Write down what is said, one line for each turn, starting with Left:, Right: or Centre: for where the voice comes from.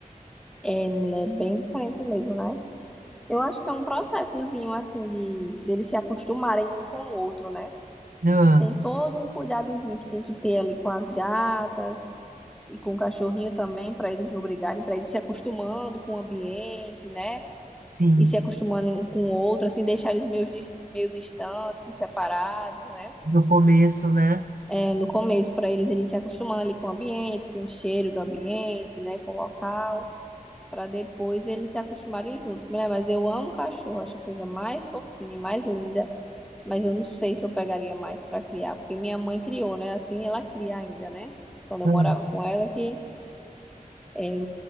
Centre: É, mulher, bem diferente mesmo, né? Eu acho que é um processozinho assim de deles se acostumarem um com o outro, né?
Right: Ah.
Centre: Tem todo um cuidadozinho que tem que ter ali com as gatas e com o cachorrinho também, para eles não brigarem, para eles se acostumando com o ambiente, né?
Right: Sim,
Centre: E se acostumando um com o outro, assim, deixar eles meio, dis- meio distantes, separados, né?
Right: no começo, né?
Centre: É, no começo, para eles irem se acostumando ali com o ambiente, com o cheiro do ambiente, né? Com o local para depois eles se acostumarem juntos. Mulher, mas eu amo cachorro, acho a coisa mais fofinha, mais linda. Mas eu não sei se eu pegaria mais para criar, porque minha mãe criou, né? Assim ela cria ainda, né? Quando eu
Right: Hum.
Centre: morava com ela, que é,